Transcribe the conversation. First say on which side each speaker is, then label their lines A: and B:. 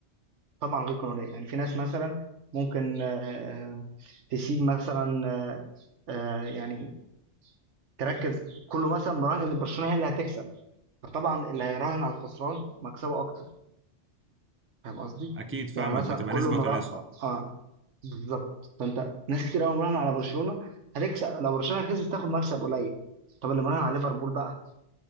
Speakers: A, on the right (about 80°); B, on the right (about 20°).
A: طبعا غير قانونيه يعني في ناس مثلا ممكن آه، آه، تسيب مثلا آه، آه، يعني تركز كله مثلا مراهن ان برشلونه هي اللي هتكسب فطبعا اللي هيراهن على الخسران مكسبه اكتر فاهم قصدي
B: اكيد فاهمك
A: يعني مثلا
B: بتبقى
A: كل
B: نسبة
A: فاهم
B: وتناسب
A: مره اه بالظبط فانت ناس كتير قوي مراهن على برشلونه هتكسب لو برشلونه كسبت تاخد مكسب قليل طب اللي مراهن على ليفربول بقى